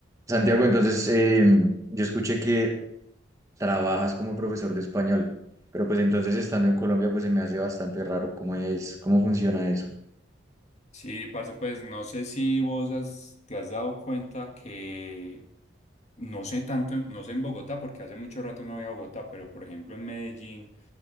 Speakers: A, on the right; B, on the left.
A: Santiago, entonces eh, yo escuché que trabajas como profesor de español, pero pues entonces estando en Colombia pues se me hace bastante raro cómo es, cómo funciona eso.
B: Sí, parce, pues no sé si vos has- te has dado cuenta que no sé tanto, en- no sé en Bogotá, porque hace mucho rato no voy a Bogotá, pero por ejemplo en Medellín